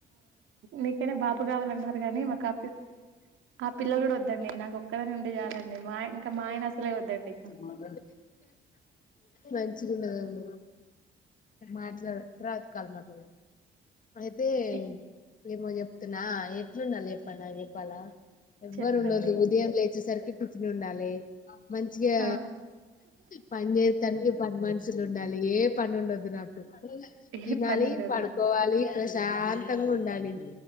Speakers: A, on the right; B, on the left.
A: నీకైనా బాబు కావాలన్నారు గానీ మా కాపీ ఆ పిల్లలు కూడా వద్దండి నాకు ఒక్కదాన్నుంటే చాలండి మా ఆయ ఇంకా మా ఆయన అసలే వద్దండి ఇక
B: మం నుంచిగుండదు మాట్లాడు తర్వాత కాల్ మాట్లాడు అయితే
A: ఏ
B: ఏమో చెప్తున్నా ఎట్లుండాలి చెప్పాన్నా చెప్పాలా ఎవ్వరు
A: చెప్పండి
B: ఉండద్. దు ఉదయం లేచేసరికి టిఫిన్ ఉండాలి. మంచిగా
A: ఆ
B: పని చేత్తానికి పని మనుషులుండాలి ఏం పనుండొద్దు నాకు
A: ఏం
B: తినాలి
A: పని ఉండద్దు
B: పడుకోవాలి ప్రశాంతంగుండాలి.